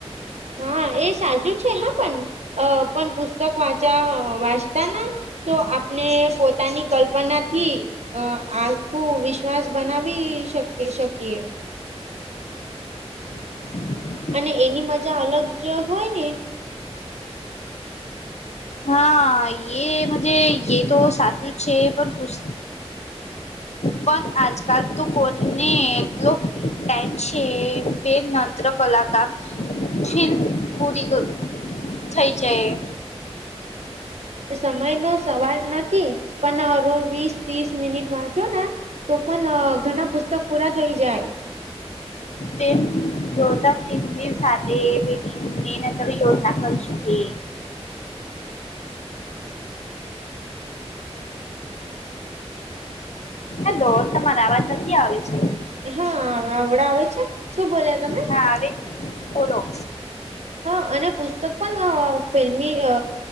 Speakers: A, on the right; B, on the left.
A: હા એ સાચું છે હા પણ અ પણ પુસ્તક વાંચા વાંચતાના, તો આપને પોતાની કલ્પના થી અ આખું વિશ્વાસ, બનાવી શકે શકીએ,
B: <unintelligible>
A: અને એની મજા અલગ જ હોય ને,
B: હા એ મજે એ તો સાચું જ છે પણ પુસ્ પણ આજકાલ તું કોણ ને એટલો ટાઇમ છે <unintelligible> નત્ર કલા કામ ફીલ્મ પૂરી થઈ જાય.
A: અ સમયનો સવાલ નથી પણ રોજ વીસ, ત્રીસ મિનિટ વાંચો ને તો પણ ઘણાં પુસ્તક પૂરાં થઈ જાય.
B: સેમ <unintelligible> સાથે <unintelligible> ન યોજના કરી શકે. હલો તમારા અવાજ નથી આવે છે.
A: હા આવડાં આવે છે શું બોલ્યા તમે,
B: હા આવે બોલો.
A: હા અને પુસ્તક પણ ફિલ્મી અ,